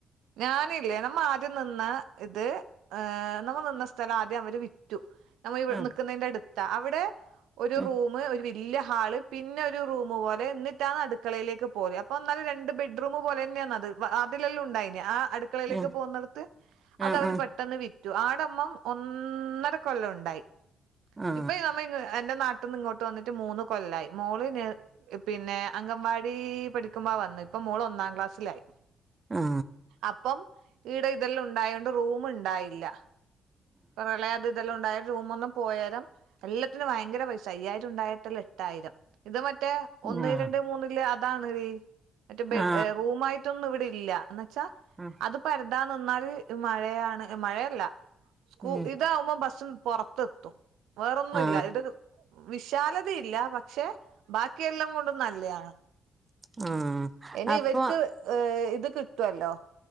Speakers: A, on the right; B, on the right.
A: ഞാനില്ലേ നമ്മ ആദ്യം നിന്ന ഇത് നമ്മ നിന്ന സ്ഥലം ആദ്യം അവര് വിറ്റു. നമ്മവിടെ
B: ആ
A: നിക്കുന്നതിന്റെ അടുത്ത അവിടെ ഒരു
B: ഉം
A: റൂമ് ഒരു ഇല്ല ഹാള് പിന്നെ ഒരു റൂം പോലെ എന്നിട്ടാണ് അടുക്കളയിലേക്ക് പോയ അപ്പോ എന്നാലും രണ്ട് ബെഡ്റൂമു പോലെ തന്നെയാണ് അത് അതിലെല്ലാം ഉണ്ടായിന് ആഹ് അ അടുക്കളയിലേക്ക്
B: ഉം
A: പോകുന്നിടത്ത് അത്
B: ആ
A: അവര്
B: ആ
A: പെട്ടെന്ന് വി റ്റു ആടമ്മംഒന്നര കൊല്ലം ഉണ്ടായി,
B: ആ ആ
A: ഇപ്പ നമ്മ എന്റെ നാട്ടിൽന്ന് ഇങ്ങോട്ട് വന്നിട്ട് മൂന്ന് കൊല്ലായി മോള് പിന്നെ അങ്കൻവാടി പഠിക്കുമ്പോ വന്നു. ഇപ്പംമോള് ഒന്നാം ക്ലാസിലായി
B: ആ ആ
A: അപ്പം ഈടെ ഇതെല്ലാം ഉണ്ടായോണ്ട് റൂം ഉണ്ടായില്ല, പ്രളയത് ഇതെല്ലാം ഉണ്ടായ റൂമ് ഒന്നും പോയാരം എല്ലാത്തിനും ഭയങ്കര പൈസ അയ്യായിരം ഉണ്ടായിരത്തില്ല എട്ടായിരം ഇത് മറ്റേ ഒന്ന്
B: ആ
A: രണ്ട് മൂന്നിലേ അതാണ് മറ്റേ ബഡ്,
B: ആ
A: റും ആയിട്ടൊന്നും ഇവിടെ ഇല്ല എന്നന്ന് വച്ചാ
B: ആ
A: അത് പര ഇടാ നിന്നാല് മഴയാണ്, മഴയല്ല സ്കൂ
B: ഉം
A: ഇതാവുമ്പോ ബസ്സും പുറത്തെ എത്തും. വേറൊന്നുല്ല,
B: ആ
A: ഇത് വിശാലതയില്ല. പക്ഷെ, ബാക്കിയെല്ലാം കൊണ്ടും നല്ലയാണ്.
B: ആ
A: ഇനി
B: അപ്പൊ
A: ഇവർക്ക് ഏഹ് ഇത് കിട്ടുല്ലോ.